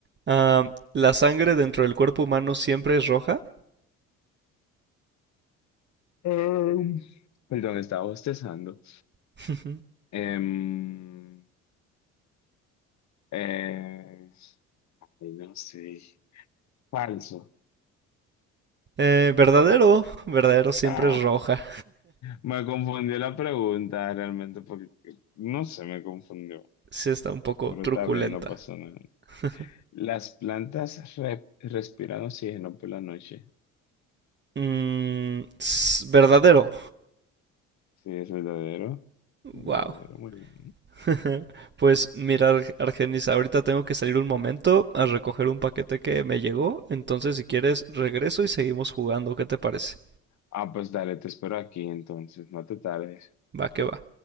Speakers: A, on the right; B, on the left.
A: Ah, ¿la sangre dentro del cuerpo humano siempre es roja?
B: Em, perdón, estaba bostezando.
A: <laughs>
B: Em, eh, ay, no sé, falso.
A: Eh, verdadero, verdadero siempre
B: Ah,
A: es roja.
B: Me confundió la pregunta realmente porque no sé, me confundió,
A: Sí está un poco
B: pero
A: truculenta.
B: está bien, no pasó nada.
A: <laughs>
B: Las plantas re- respiran oxígeno por la noche.
A: Mm, s- verdadero.
B: Sí, es verdadero. Verdadero,
A: Wow.
B: muy bien.
A: <laughs> Pues mira, Arg- Argenis, ahorita tengo que salir un momento a recoger un paquete que me llegó, entonces si quieres regreso y seguimos jugando, ¿qué te parece?
B: Ah, pues dale, te espero aquí entonces, no te tardes.
A: Va que va.